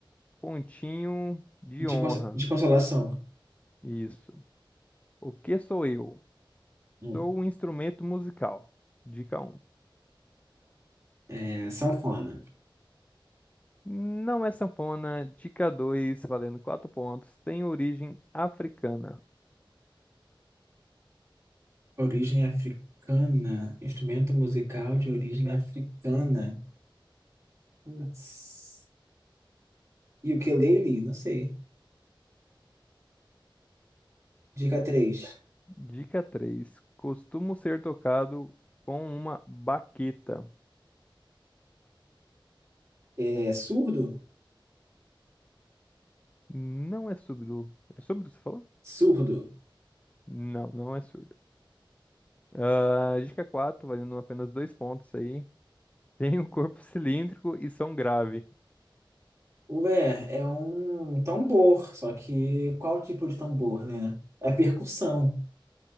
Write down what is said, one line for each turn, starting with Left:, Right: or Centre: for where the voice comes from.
Left: pontinho de
Right: De,
Left: honra.
Right: conso- de consolação.
Left: Isso. O que sou eu?
Right: Hum.
Left: Sou um instrumento musical. Dica um.
Right: É, sanfona.
Left: Não é sanfona. Dica 2, valendo 4 pontos. Tem origem africana.
Right: Origem africana. Instrumento musical de origem africana. Putz. E o ukulele? Não sei. Dica três.
Left: Dica três. Costumo ser tocado com uma baqueta.
Right: É surdo?
Left: Não é surdo. É surdo, você falou?
Right: Surdo.
Left: Não, não é surdo. Ah, dica 4, valendo apenas 2 pontos aí. Tem um corpo <laughs> cilíndrico e som grave.
Right: Ué, é um tambor, só que qual tipo de tambor, né? É percussão.